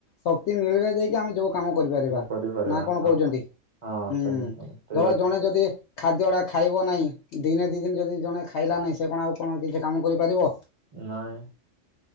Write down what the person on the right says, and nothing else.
କରିପାରିବା
ହଁ
ହଁ
ସେମିତି ଠିକ
କଥା
ନାଇଁ।